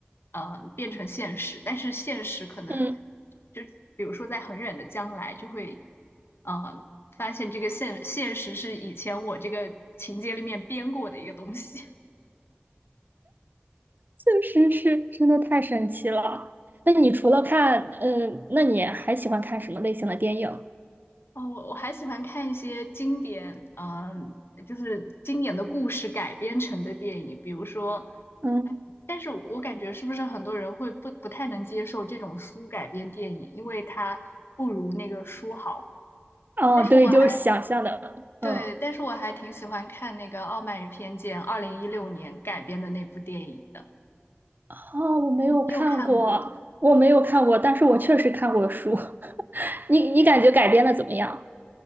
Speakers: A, on the left; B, on the right.
A: 呃，变成现实，但是现实可能
B: 嗯，
A: 就比如说在很远的将来就会，呃，发现这个现现实是以前我这个情节里面编过的一个东西。
B: 确实是真的太神奇了。那你除了看，嗯，那你还喜欢看什么类型的电影？
A: 哦，我我还喜欢看一些经典，嗯、就是经典的故事改编成的电影，比如说，
B: 嗯，
A: 哎但是我感觉是不是很多人会不不太能接受这种书改编电影，因为它不如那个书好。
B: 哦，
A: 但是我还
B: 对，就是想象的，
A: 对，
B: 嗯。
A: 但是我还挺喜欢看那个《傲慢与偏见》，二零一六年改编的那部电影的，
B: 哦，我没有看过，
A: 你有看过？
B: 我没有看过，但是我确实看过书。<laughs> 你你感觉改编的怎么样？